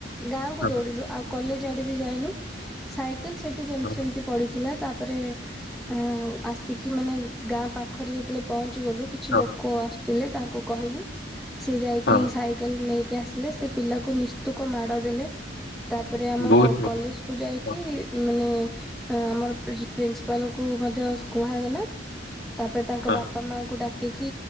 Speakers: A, in the centre; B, on the left.
A: ଗାଁକୁ
B: ହଁ,
A: ଦୌଡ଼ିଲୁ ଆଉ କଲେଜ ଆଡ଼େ ବି ଯାଇନୁ ସାଇକେଲ ସେଠି ଯେମିତି
B: ହଁ,
A: ସେମିତି ପଡ଼ିଥିଲା ତା ପରେ ଉମ୍ ଆସିକି ମାନେ ଗାଁ ପାଖରେ ଯେତେବେଳେ ପହଞ୍ଚିଗଲୁ କିଛି
B: ହଁ,
A: ଲୋକ ଆସିଥିଲେ ତାଙ୍କୁ କହିଲୁ ସିଏ ଯାଇକି
B: ହଁ,
A: ସାଇକେଲ ନେଇକି ଆସିଲେ ସେ ପିଲାକୁ ନିସ୍ତୁକ ମାଡ଼ ଦେଲେ ତାପରେ ଆମ
B: ବହୁତ
A: କଲେଜ କୁ ଯାଇକି
B: ହଁ,
A: ଉଁ ମାନେ ଆ ଆମର ପ୍ରି ପ୍ରିନ୍ସିପାଲ କୁ ମଧ୍ୟ କୁହାଗଲା। ତାପରେ ତାଙ୍କ
B: ହଁ।
A: ବାପା ମାଙ୍କୁ ଡ଼ାକିକି